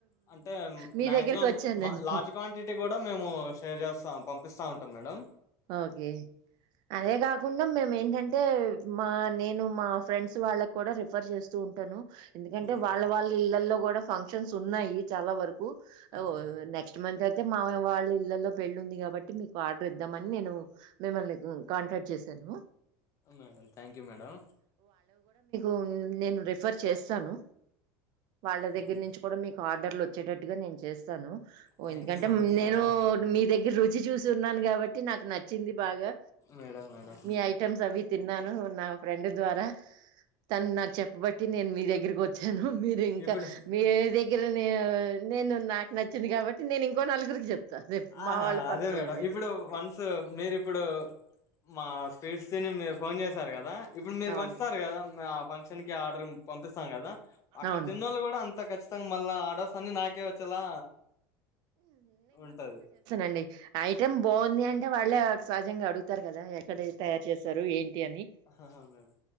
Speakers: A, on the left; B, on the right.
A: అంటే
B: మీ
A: మాక్సిమం
B: దగ్గరికొచ్చాను
A: మా
B: నేను.
A: లార్జ్ క్వాంటిటీ కూడా మేము షేర్. చేస్తా పంపిస్తా ఉంటాం మేడం.
B: ఓకే అదే కాకుండా మేము ఏంటంటే. అంటే మా నేను మా ఫ్రెండ్స్ వాళ్ళకు కూడా రిఫర్ చేస్తూ ఉంటాను. ఎందుకంటే
A: హుహు.
B: వాళ్ళ వాళ్ళా ఇళ్లల్లో. కూడా ఫంక్షన్స్ ఉన్నాయి చాలా వరకు.
A: ఆహా
B: ఆహ్ నెక్స్ట్ మంత్ అయితే. అత్తయ్య మావయ్య వాళ్ళ ఇళ్లల్లో పెళ్ళి ఉంది కాబట్టి మీకు ఆర్డర్. ఇద్దామని నేను మిమ్మల్ని కాంటాక్ట్ చేశాను.
A: Madam thank you madam.
B: ఉమ్ నేను రేఫర్ చేస్తాను. వాళ్ళ దగ్గర
A: ఆహా
B: నుంచి కూడా మీకు ఆర్డర్. ఆర్డర్లు వచ్చేటట్టుగా నేను చేస్తాను. ఓ
A: థ్యాంక్
B: ఎందుకంటే
A: యూ సో మచ్
B: నేను
A: మేడం
B: మీ దగ్గర రుచి చూసి ఉన్నాను కాబట్ట్. నాకు నచ్చింది బాగా
A: మేడం మేడం
B: మీ ఐటెమ్స్ అవి తిన్నాను నాకు మా ఫ్రెండ్ ద్వారా తను నాకు చెప్పబట్టి నేను మీ దగ్గరకి వా జనం మీరు ఇంకా
A: ఇప్పుడు
B: వేరే దగ్గర నేను నేను నాకు నచ్చింది కాబట్టి నేను ఇంకో నలుగుకి జెప్తా రేపు
A: ఆహా
B: మా వాళ్ళు ఫంక్షన్లకి
A: అదే మేడం ఇప్పుడు
B: తా
A: వన్స్ మీరు ఇప్పుడు మా స్వీట్స్ మీరు ఫోన్ చేసారు కదా ఇప్పుడు మీరు
B: అవును
A: పంచుతారు కదా మా ఆ ఫంక్షన్కి ఆర్డర్ పంపిస్తాం కదా అక్కడ
B: అవును
A: తిన్నవాళ్ళు కూడా అంత ఖచ్చితంగా మళ్ళా ఆర్డర్స్ అన్ని నాకే వచ్చేలా ఉంటది
B: అండి ఐటమ్ బాగుంది అంటే వాళ్ళే సహజంగా అడుగు తారు కదా ఎక్కడ తయారు చేశారు ఏంటి అని
A: ఆహా, మేడం